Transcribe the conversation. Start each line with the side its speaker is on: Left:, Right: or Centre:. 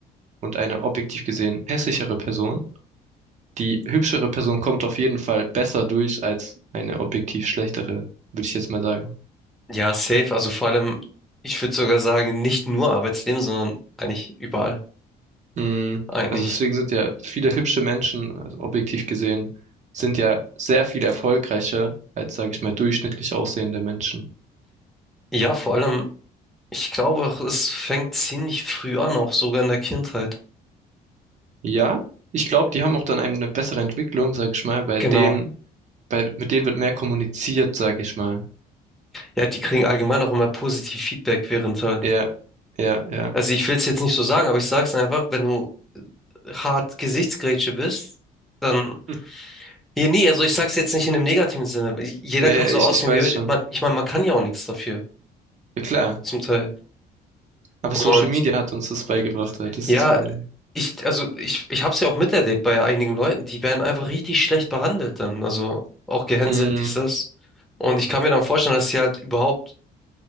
Right: und eine objektiv gesehen hässlichere Person, die hübschere Person kommt auf jeden Fall besser durch als eine objektiv schlechtere, würde ich jetzt mal sagen.
Centre: Ja, safe. Also vor allem, ich würde sogar sagen, nicht nur Arbeitsleben, sondern eigentlich überall.
Right: Mm,
Centre: Eigentlich.
Right: Also deswegen sind ja viele hübsche Menschen, also objektiv gesehen, sind ja sehr viel erfolgreicher als, sage ich mal, durchschnittlich aussehende Menschen.
Centre: Ja, vor allem, ich glaube auch, es fängt ziemlich früh an, auch sogar in der Kindheit.
Right: Ja, ich glaube, die haben auch dann eine bessere Entwicklung, sage ich mal, weil
Centre: Genau.
Right: denen, bei, mit denen wird mehr kommuniziert, sage ich mal.
Centre: Ja, die kriegen allgemein auch immer positiv Feedback während halt.
Right: Ja, ja, ja.
Centre: Also ich will es jetzt nicht so sagen, aber ich sag's einfach, wenn du hart Gesichtsgrätsche bist, dann
Right: <laughs> Hm.
Centre: Nee, nee, also ich sag's jetzt nicht in einem negativen Sinne. Jeder
Right: Ja,
Centre: kann
Right: ja,
Centre: so
Right: ich,
Centre: aussehen,
Right: ich weiß
Centre: wie er will.
Right: schon.
Centre: Man, ich meine, man kann ja auch nichts dafür,
Right: Ja, klar.
Centre: zum Teil.
Right: Aber
Centre: Und
Right: Social Media hat uns das beigebracht, halt. Das
Centre: ja,
Right: ist das Problem.
Centre: ich, also ich, ich hab's ja auch miterlebt bei einigen Leuten, die werden einfach richtig schlecht behandelt dann. Also auch gehänselt,
Right: Mm,
Centre: dies, das. Und ich kann mir dann vorstellen, dass sie halt überhaupt